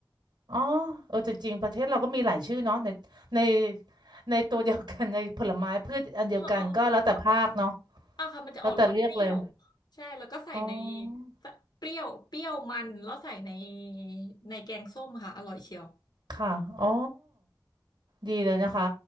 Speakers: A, on the right; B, on the left.
A: อ๋อเออจริงๆประเทศเราก็มีหลายชื่อเนาะในในในตัวเดียวกัน <laughs> ในผลไม้พืชอันเดียวกันก็แล้วแต่ภาคเนาะ
B: เออเออค่ะอ่ะค่ะมันจะออกรสเปรี้ยว
A: แล้วแต่เรียกเลย
B: ใช่แล้วก็ใส่ใน
A: อ๋อ
B: ใส่เปรี้ยวเปรี้ยวมันแล้วใส่ในในแกงส้มค่ะอร่อยเชียว
A: ค่ะอ๋อดีเลยนะคะ